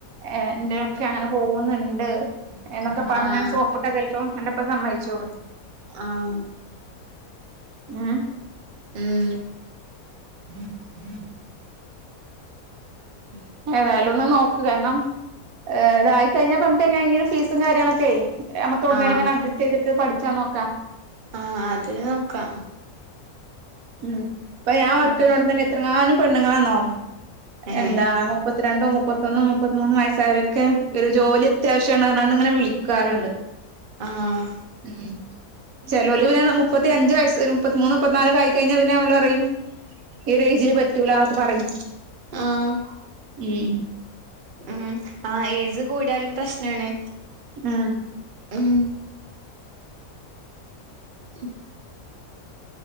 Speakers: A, on the right (about 75°); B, on the right (about 55°).
A: ഏ എന്റെയൊക്കെ അങ്ങനെ പോകുന്നുണ്ട് എന്നൊക്കെ പറഞ്ഞാൻ
B: ആഹ്
A: സോപ്പിട്ടാ ചിലപ്പോ എന്റെപ്പ സമ്മച്ചോളു
B: ആഹ്
A: ഉം
B: ഉം
A: മും ഹും
B: ഉം
A: ഏതായാലും ഒന്ന് നോക്കൂ കാരണം ഏതായാലും ഒന്ന് നോക്ക് കാരണം ഇത് യിക്കകഴിഞ്ഞപ്പൊ നമുക്ക് എങ്ങങ്കിലും ഫീസും കാര്യങ്ങളൊക്കെയ് നമുക്ക് എവടന്നെലുയൊക്കെ
B: ആഹ്
A: അങ്ങന അഡ്ജസ്റ്റ് ചെയ്തിട്ട് പഠിച്ചാ നോക്കാം
B: ആഹ് അത് നോക്കാം
A: ഉം ഇപ്പൊ ഞാൻ വർക്ക്ചെയ്യണോട
B: ഉം
A: തന്നെ എത്രങ്ങാനും പെണ്ണങ്ങളാന്നോ
B: ഏഹ്
A: എന്താ മുപ്പ മുത്തി രണ്ട മുപ്പത്തൊന്നും മുപ്പത്തി മൂന്ന് വയസ്സായലൊക്കെ ഒരു ജോലി അത്യാവശ്യമാണ് പറഞ്ഞങാണ്ട് ഇങ്ങനെ വിളിക്കാറുണ്ട്
B: ആഹ്
A: ഉം ചലോല് പിന്നെ മുപ്പത്തി അഞ്ച വയസ് ഒരു മുപ്പത്തിമൂന്ന് മുപ്പത്തിനാല് ഒക്കെ ആയി കഴിഞ്ഞാ പിന്നെ നമ്മള് അറയും ഈ ഒരു ഏജില് പറ്റൂല എന്നൊക്കെ പറയും
B: ആഹ്
A: ഉം
B: ഉം ആ ഏജ് കൂടിയാലും പ്രശ്നമാണ്
A: ഉം
B: ഉം ഉം